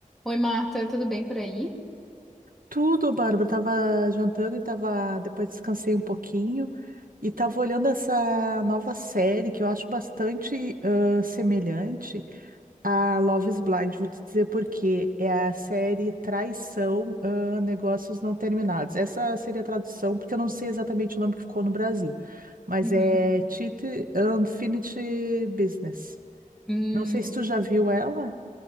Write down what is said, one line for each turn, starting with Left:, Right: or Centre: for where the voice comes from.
Centre: Oi, Marta, tudo bem por aí?
Right: Tudo, Bárbara. Tava jantando e tava. Depois descansei um pouquinho e tava olhando essa nova série que eu acho bastante ah, semelhante a Love is Blind. Vou te dizer por quê. É a série Traição, ah, Negócios Não Terminados. Essa seria a tradução, porque eu não sei exatamente o nome que ficou no Brasil, mas
Centre: Uhum.
Right: é Cheat Unfinished Business.
Centre: Hum,
Right: Não sei se tu já viu ela.